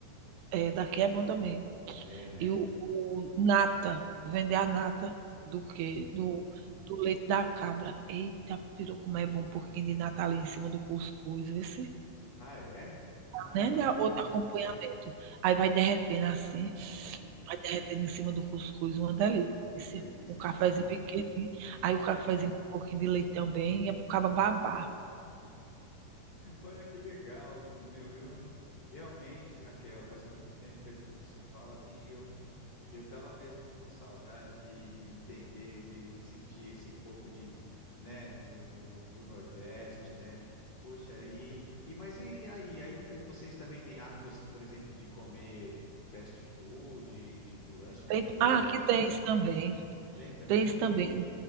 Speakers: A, on the right; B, on the left.
A: é, daqui é bom também.
B: É, né?
A: E o o nata, vender a nata do que
B: Ah,
A: do do leite da cabra. Eita peru, como é bom um pouquinho de nata ali em cima do cuscuz, vice.
B: ah, é? Ah,
A: né
B: não,
A: dá
B: não.
A: outro acompanhamento. Aí vai derretendo assim,
B: Uhum.
A: vai derretendo em cima do cuscuz, uma delícia.
B: É uma delícia,
A: Com um cafezinho
B: né?
A: bem
B: Olha
A: aí
B: que
A: o cafezinho
B: interessante.
A: com um pouquinho de leite também, é para o cabra
B: Uhum.
A: babar.
B: Olha que legal, meu. Eu não- realmente, Raquel, faz muito tempo que a gente não se fala assim. Eu E eu estava mesmo com saudade de, de entender, de sentir esse pouco de, né, do, do, do Nordeste, né? Poxa, e, e mas e aí, aí t- vocês também têm hábito assim, por exemplo, de comer fast food, tipo lanche
A: Tem
B: McDonald's,
A: ah, aqui tem
B: essas
A: isso também,
B: coisas? Tem também?
A: tem isso também.